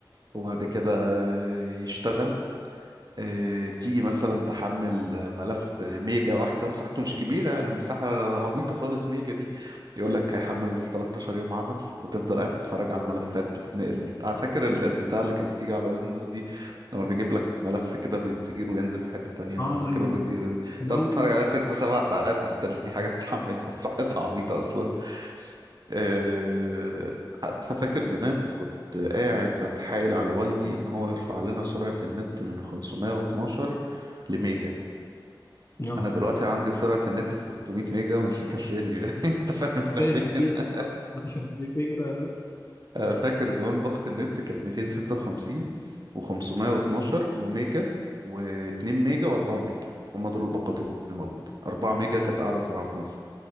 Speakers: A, on the right; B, on the left.
A: وبعد كده آه، يشتغل آه، تيجي مثلا تحمل آه، ملف آه، ميجا واحدة مساحته مش كبيرة يعني مساحة عبيطة خالص ميجا دي يقول لك هيحمل في 13 يوم عمل وتفضل قاعد تتفرج على الملفات بتتنقل على فاكر ال- البتاع اللي كانت بتيجي على ويندوز دي لما بيجيب لك ملف كده بيطير وينزل في حتة تانية
B: اه
A: ملف
B: ايوه
A: كده بيطير
B: الاول
A: تقعد تتفرج عليها ست سبع ساعات مستني حاجة تتحمل <laughs> مساحتها عبيطة أصلا آه، حتى فاكر زمان كنت قاعد بتحايل على والدي ان هو يرفع لنا سرعة النت من 512 لميجا
B: يا نهار
A: انا دلوقتي عندي سرعة النت 300 ميجا ومش مكفياني بقى <laughs> انت فاهم احنا
B: ايه
A: فين
B: حقيقة
A: <laughs>
B: بس دي فكره
A: انا فاكر زمان باقة النت كانت 256 و512 وميجا و2 ميجا و4 ميجا هما دول الباقات اللي موجودة 4 ميجا كانت اعلى سرعة في مصر